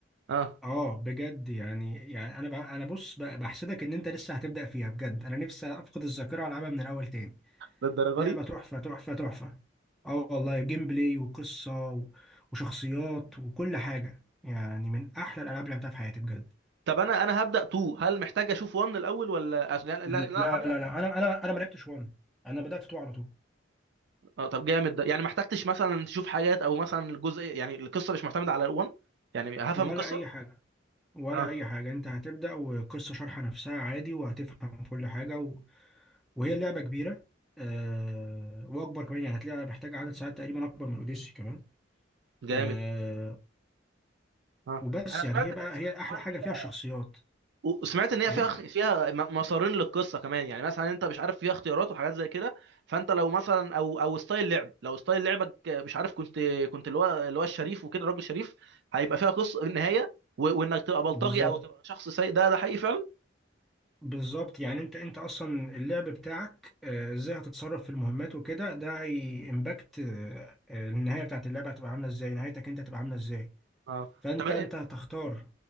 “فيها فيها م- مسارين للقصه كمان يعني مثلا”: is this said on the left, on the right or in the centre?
Right